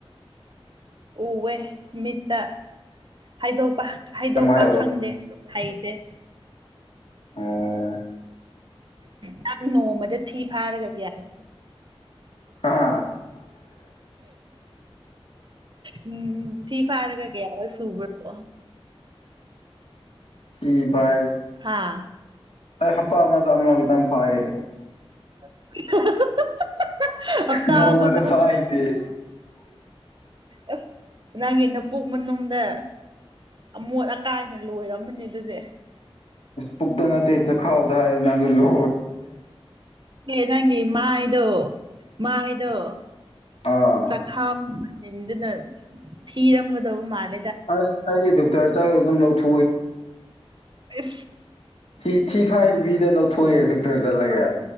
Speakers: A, on the right (about 50°); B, on the left (about 75°).
A: ꯎꯑꯦ ꯃꯤꯠꯇ ꯍꯥꯏꯗꯣꯛꯄ ꯍꯥꯏꯗꯣꯛꯄ
B: ꯀꯃꯥꯏ ꯇꯧꯔꯣ
A: ꯈꯪꯗꯦ ꯍꯥꯏꯩꯗꯦ
B: ꯑꯣ
A: ꯅꯪ ꯅꯣꯡꯃꯗ ꯊꯤ ꯐꯥꯔꯒꯁꯨ ꯌꯥꯔꯦ
B: ꯑ
A: ꯎꯝ ꯊꯤ ꯐꯔꯒ ꯀꯔ ꯁꯨꯕꯔꯣ
B: ꯏ ꯚꯥꯏ
A: ꯍꯥ
B: ꯑꯩ ꯍꯞꯇꯥ ꯑꯃꯗ ꯑꯃ ꯈꯤꯇꯪ ꯐꯥꯏꯌꯦ
A: <unintelligible> ꯍꯞꯇꯥ
B: ꯅꯣꯡꯃꯗ
A: ꯑꯃꯗ
B: ꯄꯥꯏꯅꯦꯦ
A: ꯑꯁ ꯅꯪꯒꯤ ꯅꯄꯣꯛ ꯃꯅꯨꯡꯗ ꯑꯃꯣꯠ ꯑꯀꯥꯏꯅ ꯂꯣꯏꯔꯝꯃꯅꯤ ꯑꯗꯨꯗꯤ
B: ꯄꯨꯛꯛꯇꯅ ꯆ ꯈꯥꯎ ꯊ ꯅꯪꯒꯔ ꯂꯣ
A: ꯅꯪꯒꯤ ꯃꯥ ꯏꯣ ꯃꯥ ꯏꯣ
B: ꯑꯥ
A: ꯆꯈꯥꯎꯗꯨꯅ ꯊꯤꯔꯝꯒꯗꯕ ꯃꯥꯜꯂꯦ
B: ꯑ ꯍꯥꯏ ꯊ ꯇꯔ ꯆ ꯑꯗꯨꯝ ꯂꯧꯊ
A: ꯑ
B: ꯊꯤ ꯊꯤ ꯐꯥꯏꯗꯨꯕꯤꯗ ꯂꯧꯊꯣꯛꯑꯦ ꯑꯗꯨꯇꯔ ꯆꯠꯂꯒꯦ